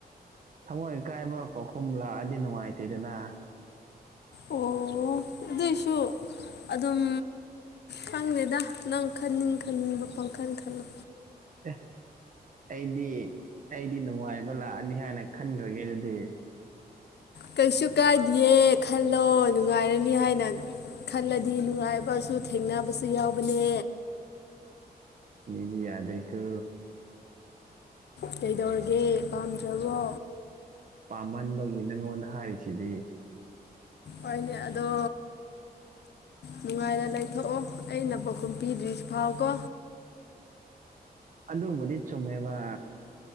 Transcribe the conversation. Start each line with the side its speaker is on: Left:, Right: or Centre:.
Right: ꯊꯃꯣꯏ ꯀꯥꯏꯕ ꯄꯥꯎꯈꯨꯝ ꯂꯥꯛꯑꯗꯤ ꯅꯨꯡꯉꯥꯏꯇꯦꯗꯅ
Left: ꯑꯣ ꯑꯗꯨꯏꯁꯨ ꯑꯗꯨꯝ ꯈꯪꯗꯦꯗ ꯅꯪ ꯈꯟꯅꯤꯡ ꯈꯟꯅꯤꯡꯕ ꯄꯪꯈꯟ ꯈꯜꯂꯣ
Right: ꯑꯦ ꯑꯩꯗꯤ ꯑꯩꯗꯤ ꯅꯨꯡꯉꯥꯏꯕ ꯂꯥꯛꯑꯅꯤ ꯍꯥꯏꯅ ꯈꯟꯈ꯭ꯔꯒꯦ ꯑꯗꯨꯗꯤ <inaudible>
Left: ꯀꯩꯁꯨ ꯀꯥꯏꯗꯦ ꯈꯜꯂꯣ ꯅꯨꯡꯉꯥꯏꯔꯅꯤ ꯍꯥꯏꯅ ꯈꯜꯂꯗꯤ ꯅꯨꯡꯉꯥꯏꯕꯁꯨ ꯊꯦꯡꯅꯕꯁꯨ ꯌꯥꯎꯕꯅꯦ
Right: ꯃꯤꯗꯤ ꯌꯥꯗꯦꯀꯣ
Left: ꯀꯩꯗꯧꯔꯒꯦ ꯄꯥꯝꯗ꯭ꯔꯕꯣ
Right: ꯄꯥꯝꯃꯟꯕꯒꯤ ꯅꯪꯉꯣꯟꯗ ꯍꯥꯏꯔꯤꯁꯤꯗꯤ
Left: ꯍꯣꯏꯅꯦ ꯑꯗꯣ ꯅꯨꯡꯉꯥꯏꯅ ꯂꯩꯊꯣꯛꯑꯣ ꯑꯩꯅ ꯄꯥꯎꯈꯨꯝ ꯄꯤꯗ꯭ꯔꯤ ꯐꯥꯎ ꯀꯣ
Right: ꯑꯗꯨꯕꯨꯗꯤ ꯆꯨꯝꯃꯦꯕ